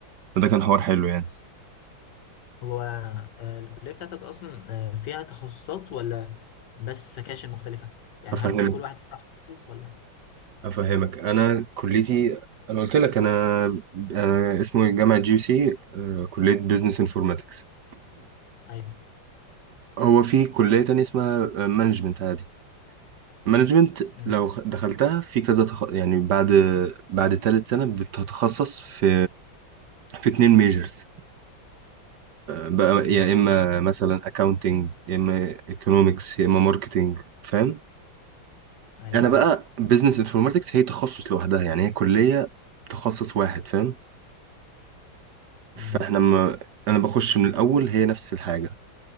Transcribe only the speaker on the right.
فده كان حوار حلو يعني
افهمك
افهمك انا كليتي انا قلت لك انا آه، اسمه إيه، جامعه جي سي آه، كليه بزنس انفورماتكس
<clears throat> هو في كليه تانية اسمها مانجمنت عادي مانجمنت
لو خ- دخلتها في كذا تخ... يعني بعد بعد تالت سنه بتتخصص في في اتنين ميجرز بقى
يا اما مثلا اكاونتنج يا اما ايكونومكس يا اما ماركتنج فاهم
انا بقى بزنس انفورماتكس هي تخصص لوحدها يعني هي كليه تخصص واحد فاهم فاحنا
ما انا بخش من الاول هي نفس الحاجه